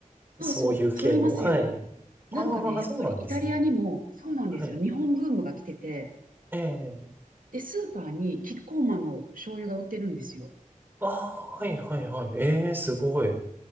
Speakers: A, on the right (about 80°); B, on the right (about 15°).
A: そうそう、
B: う。そういう系の、
A: 揃いますよ。
B: はい。ああ、
A: なんかね、やっぱりイタリアにも、
B: そうなんですね。
A: そうなんですよ、
B: はい。
A: 日本ブームが来てて、
B: ええ
A: で、スーパーにキッコーマンの醤油が売ってるんですよ。
B: ああ、はい、はい、はい。ええすごい。